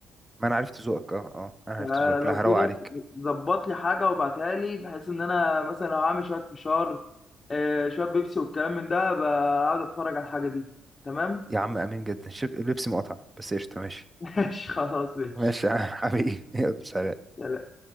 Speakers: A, on the right; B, on the left.
A: ما انا عرفت ذوقك اه اه انا عرفت
B: فلو
A: ذوقك لا هروق
B: كده
A: عليك
B: ظبط لي حاجه وابعتها لي بحيث ان انا مثلا لو هعمل شويه فشار آه، شويه بيبسي والكلام من ده بقعد اتفرج على الحاجه دي تمام
A: يا عم امين جدا شوف اللبس مقطع بس قشطة ماشي
B: <laughs> ماشي خلاص ماشي
A: ماشي يا عم حبيبي <laughs> يلا سلام
B: يلا